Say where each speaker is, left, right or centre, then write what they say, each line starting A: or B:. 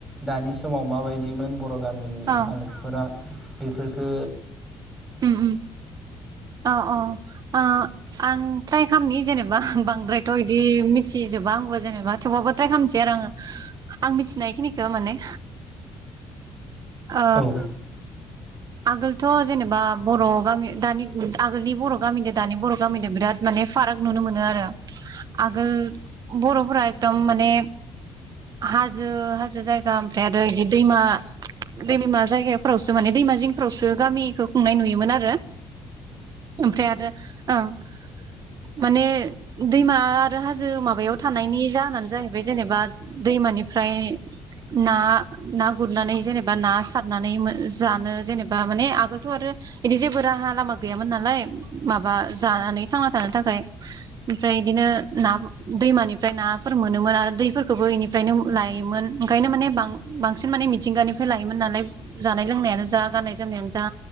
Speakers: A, in the centre; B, on the right (about 45°).
A: दानि समाव माबाय दिमोन बर' गामिनि
B: औ
A: हालोदफोरा बेफोरखो
B: अम अम औ औ ओ आं ट्राय खामनि जेनेबा बांद्रायथ बिदि मिथिजोबा आंबो जेनेबा थेवबाबो ट्राय खामनोसै आरो आंङो आं मिथिनायखिनिखौ माने ओ
A: औ
B: आगोलथ जेनेबा बर'गामि दानि आगोलनि बर'गामिदो दानि बर'गामिदो बिराद माने फाराग नुनो मोनो आरो आगोल बर'फोरा एकदम माने हाजो-हाजो जायगा ओमफ्राय आरो बिदि दैमा-दैमा जायगाफोरावसो माने दैमा जिं फोरावसो गामिखो खुंनाय नुयोमोन आरो। ओमफ्राय आरो ओं माने दैमा आरो हाजो माबायाव थानायनि जाहोनानो जाहैबाय जेनेबा दैमानिफ्राय ना-ना गुरनानै जेनेबा ना सारनानै जानो जेने बा माने आगोलथ आरो बिदि जेबो राहा लामा गैयामोन नालाय माबा जानानै थांना थानो थाखाय ओमफ्राय बिदिनो ना दैमानिफ्राय नाफोर मोनोमोन आरो दैफोरखौबो इनिफ्रायनो लायोमोन ओंखायनो माने बांसिन माने मिथिंगानिफ्राय लायोमोन नालाय जानाय लोंनायानो जा गाननाय जो मनायानो जा